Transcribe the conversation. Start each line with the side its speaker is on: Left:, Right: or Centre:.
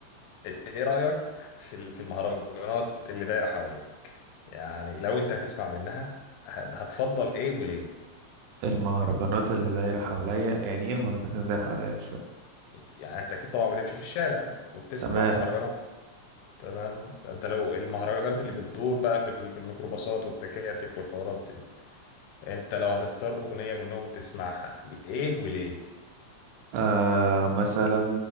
Left: ايه إيه رأيك في ال- في المهرجانات اللي دايرة حواليك يعني لو انت هتسمع منها ه- هتفضل ايه وليه
Right: المهرجانات اللي دايره حواليا يعني ايه المهرجانات اللي دايره حواليا مش
Left: يعني انت اكيد طبعا بتمشي في الشارع وبتسمع
Right: تمام
Left: المهرجانات تمام فانت لو المهرجانات اللي بتدور بقى في ال- في الميكروباصات والتكاتك والحوارات دي انت لو هتختار اغنية منهم تسمعها ايه وليه
Right: آه مثلا